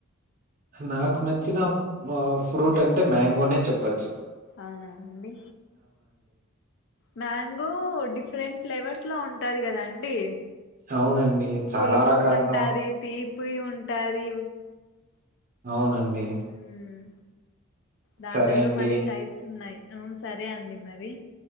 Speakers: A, on the right (about 40°); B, on the left (about 60°).
A: నాకు నచ్చిన ఆ ఫ్రూట్ అంటే మ్యాంగోనే చెప్పచ్చు
B: అవునా అండి మ్యాంగో డిఫరెంట్ ఫ్లేవర్స్ లో ఉంటది కదా అండి
A: అవునండి. చాలా
B: పులుపు
A: రకాలుగా
B: ఉంటాది తీపి ఉంటది
A: అవునండి
B: ఉమ్ దాంట్లల్లో
A: సరే అండి.
B: మళ్ళీ టైప్స్ ఉన్నాయి సరే అండి మరి